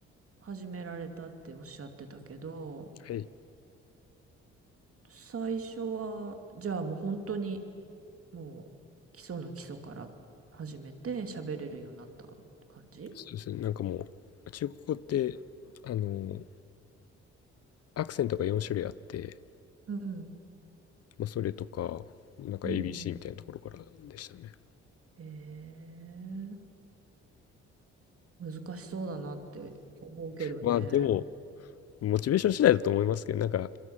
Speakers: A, on the right; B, on the left.
A: 始められたっておっしゃってたけど、
B: はい。
A: 最初は、じゃあもう本当に、もう基礎の基礎から始めて喋れるようになった感じ
B: そうですね。なんかもう、中国語って、あの、アクセントが4種類あって、
A: うん、
B: まあそれとか、なんか
A: うん。
B: ABC みたいなところからでしたね。
A: へえ、難しそうだなって思うけどね。
B: まあでも、モチベーション次第だと思いますけど、なんか